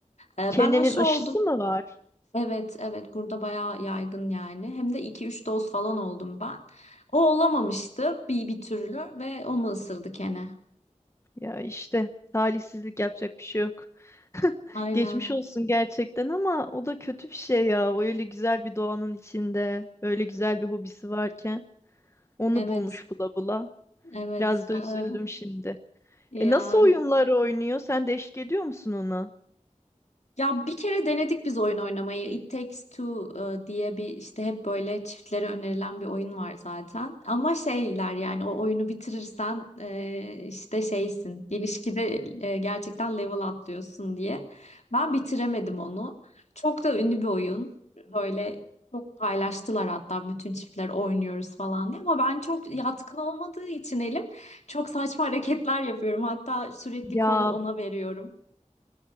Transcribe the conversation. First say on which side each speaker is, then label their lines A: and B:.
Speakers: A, on the left; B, on the left.
A: Ee,
B: Kenenin
A: ben aşı
B: aşısı
A: oldum.
B: mı var?
A: Evet evet burada bayağı yaygın yani. Hem de iki üç doz falan oldum ben. O olamamıştı bir bir türlü ve onu ısırdı kene.
B: Ya işte talihsizlik yapacak bir şey yok.
A: Aynen.
B: Geçmiş olsun gerçekten ama o da kötü bir şey ya. O öyle güzel bir doğanın içinde, öyle güzel bir hobisi varken onu
A: Evet.
B: bulmuş bula bula.
A: Evet.
B: Biraz da
A: Ee,
B: üzüldüm şimdi.
A: ya
B: E nasıl oyunlar oynuyor? Sen de eşlik ediyor musun ona?
A: Ya bir kere denedik biz oyun oynamayı. It Takes Two e, diye bir işte hep böyle çiftlere önerilen bir oyun var zaten. Ama şeyler yani o oyunu bitirirsen e, işte şeysin. İlişkide e, gerçekten level atlıyorsun diye. Ben bitiremedim onu. Çok da ünlü bir oyun. Böyle çok paylaştılar hatta bütün çiftler oynuyoruz falan diye. Ama ben çok yatkın olmadığı için elim çok saçma hareketler yapıyorum. Hatta sürekli
B: Ya
A: kolu ona veriyorum.